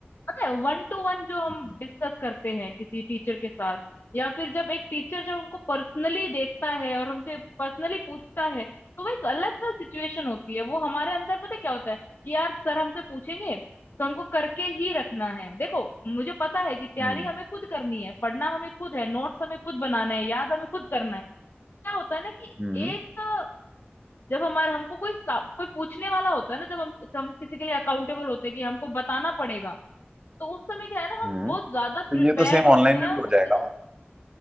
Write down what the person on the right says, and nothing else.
हम्म
हम्म
हम्म
हम्म।
तो
ये तो सेम
ऑनलाइन
में भी
हो
जाएगा